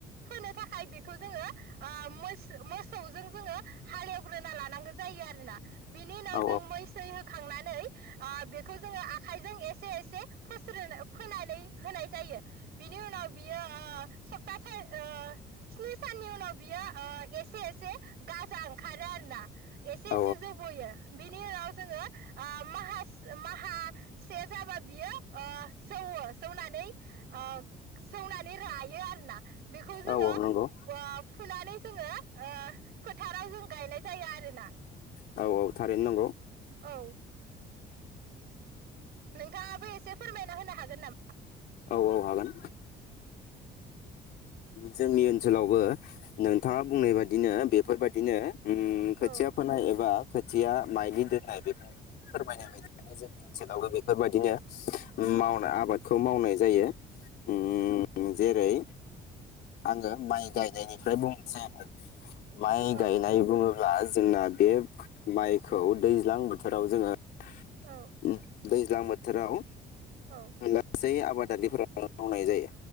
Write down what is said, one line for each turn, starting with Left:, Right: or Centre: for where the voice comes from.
Right: फोनो थाखाय बेखौ जोङो ओ मोसौ-मोसौजों जोङो हालेवग्रोना लानांगौ जायो आरोना बिनि उनाव
Left: औ
Right: जों मै सै होखांनानै नै ओ बेखौ जोङो आखायजों एसे एसे फोस्रोनो फोनानै होनाय जायो। बिनि उनाव बियो ओ सप्तासे ओ स्नि साननि उनाव बियो एसे एसे गाजा ओंखारो आरोना एसे
Left: औ
Right: एसे जौबोयो। बिनि उनाव जोङो ओ माहा-माहासे जाबा बियो ओ जौवो जौनानै ओ जौनानै रायो आरो ना बेखौ जोङो
Left: औ औ नंगौ
Right: <unintelligible> फुनानै जोङो ओ फोथाराव जों गायनाय जायो आरोना।
Left: औ औ। थारैनो नंगौ
Right: औ। नोंथाङाबो एसे फोरमायना होनो हागोन नामा?
Left: औ औ हागोन। जोंनि ओन्सोलावबो नोंथाङा बुंनाय बादिनो बेफोरबादिनो उम खोथिया
Right: औ
Left: फोनाय एबा खोथिया माइलि दोन्नाय बेफोर फोरमायनाय बायदियनो जोंनि ओन्सोलावबो बेफोरबायदिनो
Right: औ
Left: मावनो आबाद खौ मावनाय जायो ओम जेरै आङो माइ गायनायनिफ्राय बुंनोसैआरो माइ
Right: औ
Left: गायनाय बुङो बुङोब्ला जोंना बे माइखौ दैज्लां बोथोराव जोङो ओम
Right: औ
Left: दैज दैज्लां बोथोराव
Right: औ
Left: लागसै आबाद दादिफोरा मावनाय जायो